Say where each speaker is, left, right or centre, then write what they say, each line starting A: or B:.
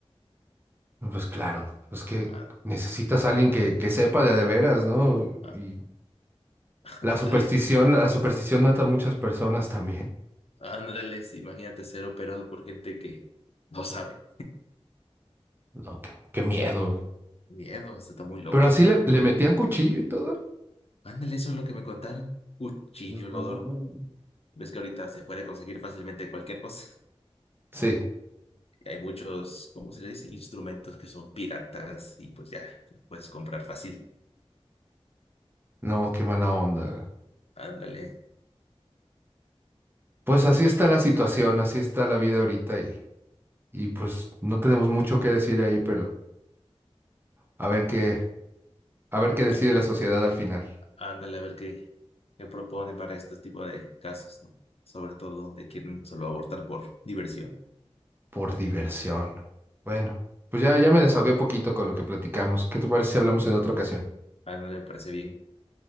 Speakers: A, on the right; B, on the left.
A: No, Pues claro, pues que
B: Á-
A: necesitas a alguien que, que sepa de a de veras, ¿no?
B: á-
A: Y
B: <laughs>
A: la
B: Ándale,
A: superstición, la superstición mata a muchas personas también.
B: ándale, sí, imagínate ser operado por gente que no sabe.
A: No, qué, qué miedo. güey.
B: Miedo, esto está muy loco.
A: Pero así le, le metían cuchillo y todo.
B: Ándale, eso es lo que me contaron. Cuchillo
A: No.
B: Lodoro. Ves que ahorita se puede conseguir fácilmente cualquier cosa.
A: Sí,
B: Y hay muchos, ¿cómo se le dice? Instrumentos que son piratas y pues ya, los puedes comprar fácil.
A: no, qué mala onda.
B: Ándale,
A: Pues así está la situación, así está la vida ahorita y... y pues no tenemos mucho que decir ahí, pero a ver qué, a ver qué decide
B: a-
A: la sociedad al final.
B: ándale a ver qué, qué propone para este tipo de casos, ¿no? Sobre todo donde quieren solo abortar por diversión.
A: Por diversión. Bueno, pues ya, ya me desahogué poquito con lo que platicamos. ¿Qué te parece si hablamos en otra ocasión?
B: Ándale, me parece bien.